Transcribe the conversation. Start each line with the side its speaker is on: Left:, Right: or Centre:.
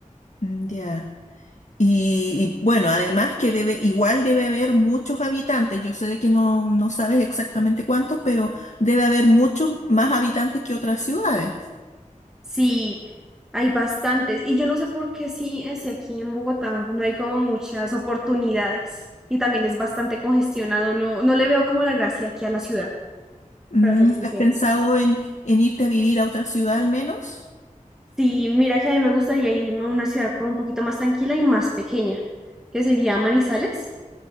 Left: Mm, Ya. Y, y, bueno, además que debe, igual debe haber muchos habitantes. Yo sé de que no, no sabes exactamente cuántos, pero debe haber muchos más habitantes que otras ciudades.
Centre: Sí, hay bastantes. Y yo no sé por qué sí, eh, si aquí en Bogotá no hay como muchas oportunidades. Y también es bastante congestionado. No, no le veo como la gracia aquí a la ciudad,
Left: Mm,
Centre: para ser sincera.
Left: ¿has pensado en, en irte a vivir a otra ciudad al menos?
Centre: Sí, mira que a mí me gustaría irme a una ciudad como un poquito más tranquila y más pequeña, que sería Manizales.